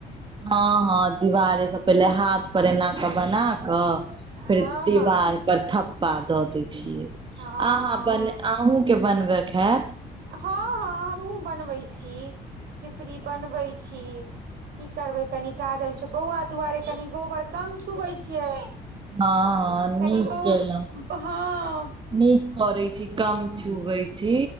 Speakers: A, on the right (about 30°); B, on the right (about 70°).
A: हँ हँ दीवारे से पहिले हाथ पर ऐना कऽ बना बनाकेय
B: हँ
A: फेर दीवार
B: हँ
A: पर थप्पा दऽ दै छियै
B: हँ
A: अहाँ
B: हँ
A: अपन अहूँके बनबैके हइ
B: हँ हँ हमहुँ बनबै छी चिपरी बनबै छी की करबै कनि काज आबै छै बौआ दुआरे कनि गोबर कम छुबै छियै
A: हँ हँ
B: क
A: नीक
B: बहु
A: केलहुँ
B: हा <unintelligible>
A: नीक करै छी कम छुबै छी